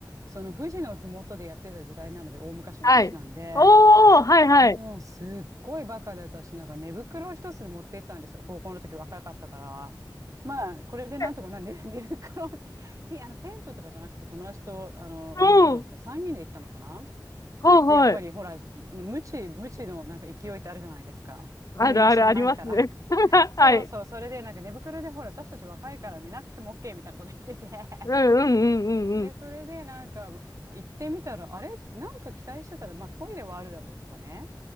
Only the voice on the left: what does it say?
はい。おー、はいはい。
え
うん。はいはい。
あるあるありますね。
<laughs>
はい。
うんうんうんうんうん。